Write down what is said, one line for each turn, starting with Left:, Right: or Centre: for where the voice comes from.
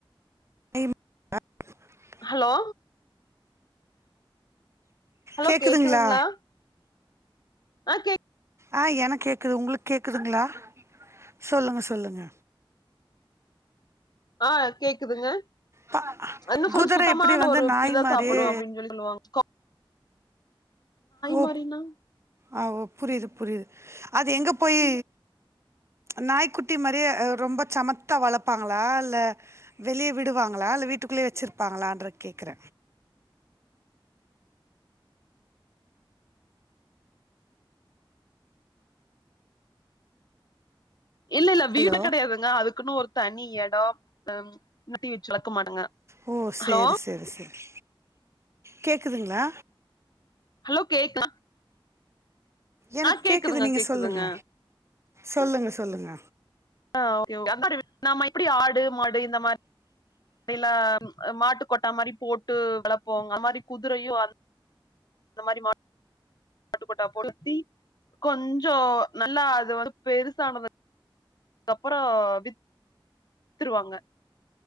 Right: <unintelligible>
Left: ஹலோ ஹலோ
Right: கேக்குதுங்களா
Left: கேக்குதுங்ளா ஆ கேக்
Right: ஆ எனக் கேக்குது உங்களுக் கேக்குதுங்ளா சொல்லுங்க சொல்லுங்க
Left: ஆ கேக்குதுங்க
Right: ப
Left: என்ன சொல்
Right: குதிர
Left: சுத்தமான
Right: எப்படி வந்து
Left: ஒரு <unintelligible>
Right: நாய் மாரியே
Left: சாப்புடு அப்டின்னு சொல்லி சொல்லுவாங்
Right: ஓ
Left: மாரினா
Right: ஆ ஓ புரிது புரிது அது எங்க போய் நாய்க்குட்டி மாரியே அ ரொம்ப சமத்தா வளப்பாங்களா இல்ல வெளிய விடுவாங்களா இல்ல வீட்டுக்குள்ளயே வச்சிருப்பாங்களன்ற கேக்குற
Left: இல்ல இல்ல வீடுல
Right: ஹலோ
Left: கெடையாதுங்க அதுக்குன்னு ஒரு தனி எடொ ஹம் நட்டி வச்சு வளக்க மாட்டாங்க
Right: ஓ சேரி
Left: ஹலோ
Right: சேரி செரி கேக்குதுங்ளா
Left: ஹலோ கேக்கா
Right: எனக்
Left: கேக்குதுங்க
Right: கேக்குது நீங்க
Left: கேக்குதுங்க
Right: சொல்லுங்க சொல்லுங்க சொல்லுங்க
Left: <unintelligible> நம்ம எப்டி ஆடு மாடு இந்த மார் ரில்லா மாட்டு கொட்டா மாரி போட்டு வளப்போங்க அந்த மாரி குதிரையு அந் ந்த மாரி மா ட்டுக்கொட்டா பொறுத்தி கொஞ்சொ நல்லா அது வந்து பெருசானதுக் கப்பறோ வித் துருவாங்க